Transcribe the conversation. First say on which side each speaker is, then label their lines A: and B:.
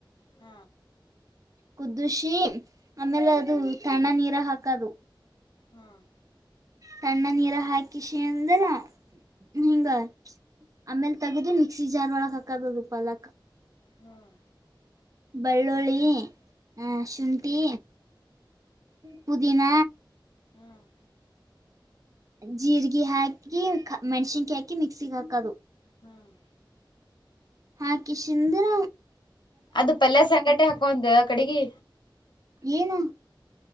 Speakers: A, on the left (about 65°); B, on the right (about 45°).
A: ಹ್ಮ
B: ಕುದ್ದುಶಿ ಆಮೇಲೆ ಅದು ಸಣ್ಣ ನೀರ ಹಾಕದು
A: ಹ್ಮ್
B: ತಣ್ಣ ನೀರ ಹಾಕಿ ಶೀಂದರೆ ಹಿಂಗ ಆಮೇಲ್ ತಗದು ಮಿಕ್ಸಿ ಜಾರ್ ಒಳಗ್ ಹಾಕದು ಅದು ಪಾಲಕ
A: ಹ್ಮ್
B: ಬೆಳ್ಳೋಳ್ಳಿ ಆ ಶುಂಠಿ ಪೂದೀನ
A: ಹ್ಮ್
B: ಜೀರ್ಗಿ ಹಾಕಿ ಮೆಣ್ಸಿನ್ಕಿ ಹಾಕಿ ಮಿಕ್ಸಿ ಹಾಕದು
A: ಹ್ಮ್
B: ಹಾಕಿ ಶುಿಂದರ
A: ಅದು ಪಲ್ಯ ಸಂಗಟೆ ಹಾಕೊಂದ ಕಡೆಗಿ
B: ಏನ